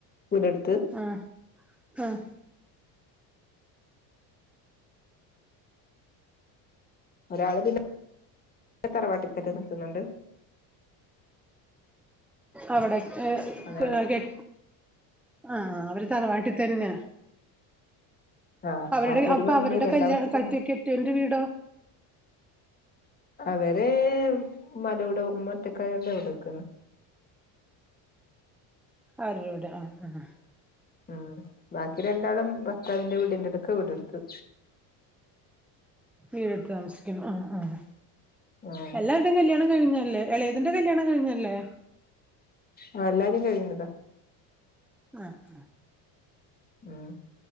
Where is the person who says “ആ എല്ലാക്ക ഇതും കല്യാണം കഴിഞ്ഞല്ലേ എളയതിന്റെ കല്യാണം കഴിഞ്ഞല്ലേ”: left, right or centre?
Centre